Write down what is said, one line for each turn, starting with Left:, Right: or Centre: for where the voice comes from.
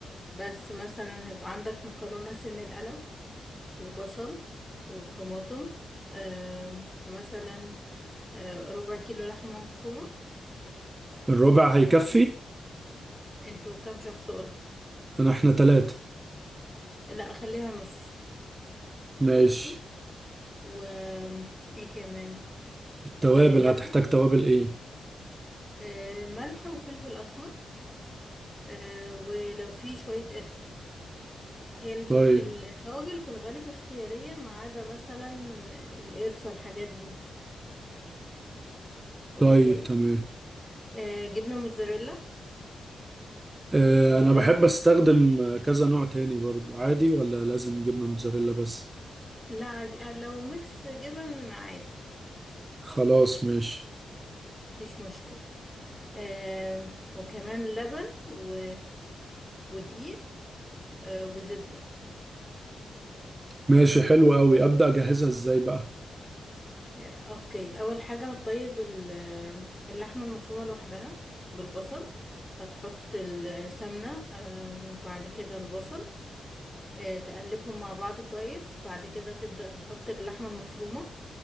Left: بس مثلا هيبقى عندك مكرونة سن القلم وبصل وطماطم أه ومثلا آه، ربع كيلو لحمة مفرومة يعني
Right: الربع
Left: على
Right: هيكفي
Left: حسب انتوا كام شخص قلت
Right: انا احنا ثلاثه
Left: لا اخليها نص
Right: ماشي
Left: ماشي و ايه كمان
Right: التوابل
Left: ولبن
Right: هتحتاج توابل ايه
Left: آه، ملح وفلفل اسمر آه، ولو في شوية قرفة هي الم-
Right: طيب
Left: التوابل في الغالب اختيارية ما عدا مثلا القرفة الحاجات دي اوكي
Right: طيب تمام
Left: آه، جبنة موتزاريلا
Right: آه،
Left: ولبن
Right: انا بحب استخدم آه، كذا نوع تاني برضو عادي ولا لازم جبنه موتزاريلا بس
Left: لا عادي آه، لو ميكس جبن عادي
Right: خلاص
Left: اوكي
Right: ماشي
Left: مفيش مشكلة آه، وكمان لبن و ودقيق آه، وزبدة
Right: ماشي حلو قوي ابدا اجهزها ازاي بقى
Left: آه، اوكي اول حاجة هتطيب ال- آه، اللحمة المفرومة لوحدها بالبصل هتحط السمنة آه، وبعد كده البصل آه، تقلبهم مع بعض كويس بعد كده تبدأ تحط اللحمة المفرومة